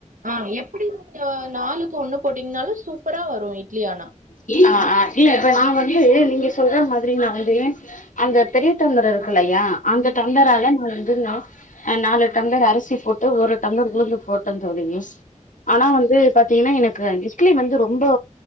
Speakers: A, on the right (about 85°); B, on the left (about 80°).
A: ஆஹ் எப்டி நீங்க நாளுக்கு ஒண்ணு போட்டீங்கன்னாலு சூப்பரா வரும் இட்லி ஆனா
B: ஆ ஆ இல்ல இப்ப நா வந்து நீங்க சொல்ற மாதிரி நா வந்து அந்த பெரிய டம்ளர் இருக்குல்லையா அந்த டம்பரால
A: ஆ,
B: நா வந்துங்க அ நா நாலு டம்பர் அரிசி போட் டு ஒரு டம்ளர் உளுந்து போட்ட தோழிஷ் ஆனா
A: ம்.
B: வந்து பத் தீங்கனா எனக்கு இட்லி வந்து ரொம்போ